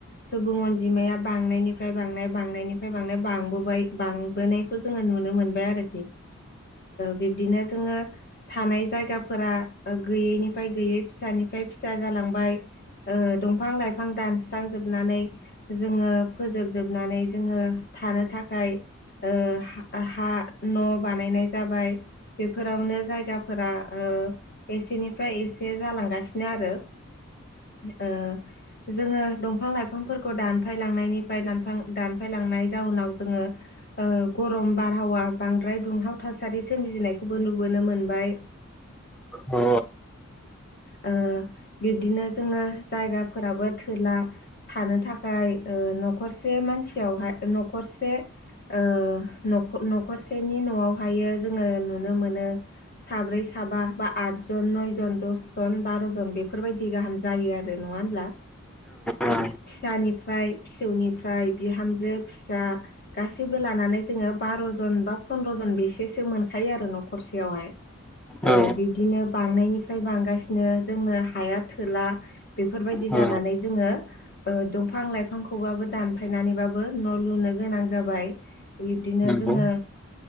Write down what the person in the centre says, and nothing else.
अ
औ
औ
औ
नंगौ